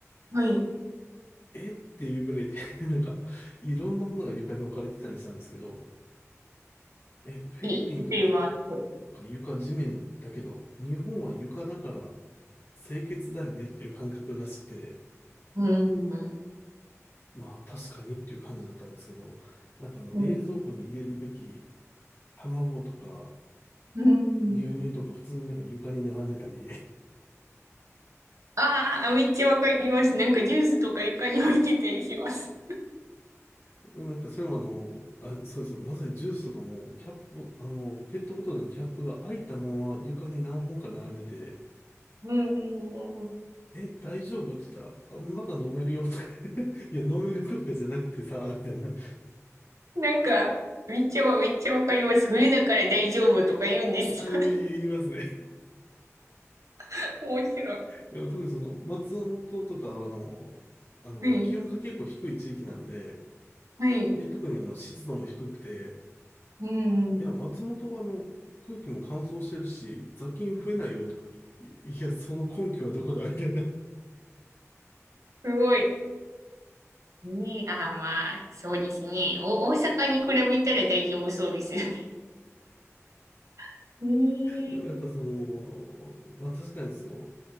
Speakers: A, on the right (about 80°); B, on the left (about 55°).
A: はい。
B: えっていうぐらいで <laughs> なんか、いろんなものが床に置かれてたりしたんですけど、え、フィリピンだったら、
A: いい。例えば、
B: なんか床地面だけど、日本は床だから清潔だよねっていう感覚らしくて、
A: うん、は
B: まあ確かにっていう感じだったんですけど、なんかあの冷蔵庫に入れるべき
A: い
B: 卵とか
A: うん。
B: 牛乳とか普通になんか床に並んでたり、
A: ああ、めっちゃわかります。なんかジュースとか床に置いてたりします。
B: <laughs> なんかそれもあの、あ、そうです。まさにジュースとかもキャップを、あの、ペットボトルのキャップが開いたまま床に何本か並んでて、
A: うん、
B: え、大丈夫って言ったら、あまだ飲めるよとか <laughs> いや、飲めるとかじゃなくてさ、みたいな。
A: なんか、めっちゃわ、めっちゃわかります。冬だから大丈夫とか言うんですよね。
B: あ、い言いますね。
A: <laughs> 面白い。
B: でも特にその、松本とかは、あの、あの、
A: はい、
B: 気温が結構低い地域なんで、
A: はい。
B: で、特にあの、湿度も低くて、
A: うん。
B: いや、松本はあの、空気も乾燥してるし、雑菌増えないよとかね、いいや、その根拠はどこだみたいな。
A: すごい。ねえ、ああ、まあ、そうですね。お、大阪に比べたら大丈夫そうですよね。<laughs> ねえ。
B: でもやっぱその、まあ確かにその、